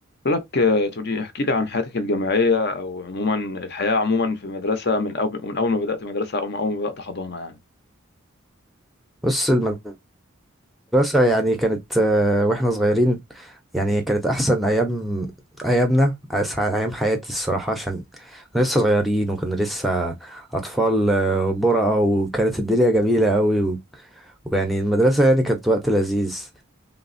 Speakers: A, on the left; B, in the centre.
A: بقول لك آه، تقولي احكي لي عن حياتك الجامعية أو عموما الحياة عموما في المدرسة من أول من أول ما بدأت مدرسة أو من أول ما بدأت حضانة يعني
B: بص المدرسة يعني كانت آه، واحنا صغيرين يعني كانت أحسن أيام أيامنا أس- أيام حياتي الصراحة عشان كنا لسه صغيرين وكنا لسه أطفال آه، برقة وكانت الدنيا جميلة أوي و- ويعني المدرسة يعني كانت وقت لذيذ